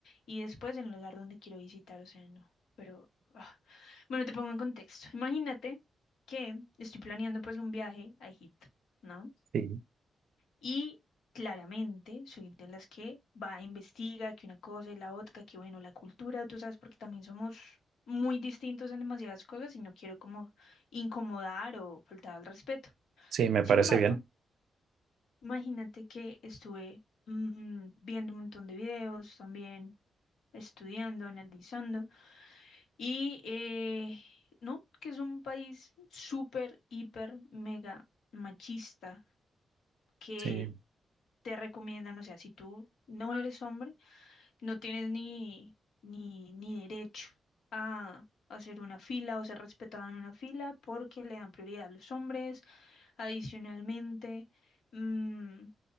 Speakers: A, on the left (about 85°); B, on the right (about 80°).
A: y después en el lugar donde quiero visitar, o sea, no. Pero ah. Bueno, te pongo en contexto. Imagínate que estoy planeando pues un viaje a Egipto, ¿no?
B: Sí.
A: Y claramente soy de las que va a investiga que una cosa y la otra, que bueno, la cultura, tú sabes, porque también somos muy distintos en demasiadas cosas y no quiero como incomodar o faltar al respeto.
B: Sí, me
A: Sin
B: parece
A: embargo,
B: bien.
A: imagínate que estuve mm, viendo un montón de videos también, estudiando, analizando y eh, no, que es un país súper, hiper, mega machista que
B: Sí,
A: te recomiendan, o sea, si tú no eres hombre, no tienes ni, ni, ni derecho a hacer una fila o ser respetado en una fila porque le dan prioridad a los hombres. Adicionalmente, mm,